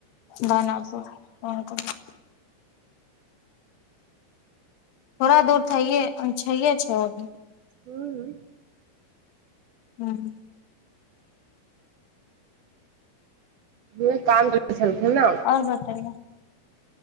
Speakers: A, on the left (about 75°); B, on the right (about 70°).
A: दानापुर ह क थड़ा दूर इए अ छैइ छै ओ भ
B: हू
A: ह्म
B: ह काम कर ह ने
A: और बतैयौ